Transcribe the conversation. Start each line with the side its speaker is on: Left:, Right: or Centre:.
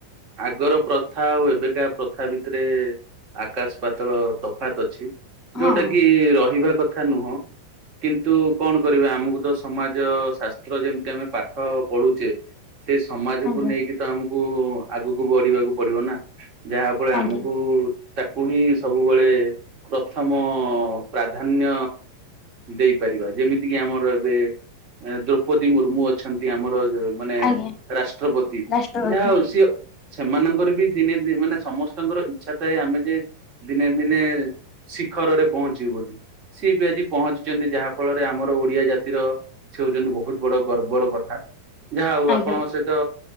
Right: ଆଗର ପ୍ରଥା ଆଉ ଏବେକା ପ୍ରଥା ଭିତରେ ଆକାଶ ପାତଳ ତଫାତ ଅଛି। ଯୋଉଟା
Left: ହଁ
Right: କି ରହିବା କଥା ନୁହଁ। କିନ୍ତୁ କଣ କରିବା ଆମକୁ ତ ସମାଜ ଶାସ୍ତ୍ର ଯେମିତି ଆମେ ପାଠ ପଢୁଛେ ସେ ସମାଜକୁ
Left: ଆଜ୍ଞା।
Right: ନେଇକି ତ ଆମକୁ ଆଗକୁ ବଢିବାକୁ ପଡିବ ନା। ଯାହା ଫଳ ଆମକୁ
Left: ଆଜ୍ଞା
Right: ତାକୁ ହିଁ ସବୁବେଳେ ପ୍ରଥମ ପ୍ରାଧାନ୍ୟ ଦେଇପାରିବା ଯେମିତିକି ଆମର ଏବେ ଦ୍ରୌପଦୀ ମୁର୍ମୁ ଅଛନ୍ତି। ଆମର ମାନେ
Left: ଆଜ୍ଞା
Right: ରାଷ୍ଟ୍ରପତି
Left: ରାଷ୍ଟ୍ରପତି
Right: ଯାହା ହଉ ସିଏ ସେମାନଙ୍କର ବି ଦିନେ ଦ ମାନେ ସମସ୍ତଙ୍କର ଇଚଛା ଥାଏ ଆମେ ଯେ ଦିନେ ଦିନେ ଶିଖରରେ ପହଞ୍ଚିବୁ ବୋଲି ସିଏ ବି ଆଜି ପହଞ୍ଚିଛନ୍ତି ଯାହା ଫଳରେ ଆମର ଓଡିଆ ଜାତିର ସେ ହଉଛନ୍ତି ବହୁତ ବଡ ଗର୍ବର କଥା ଯାହା ହଉ
Left: ଆଜ୍ଞା
Right: ଆପଣ ସେ ର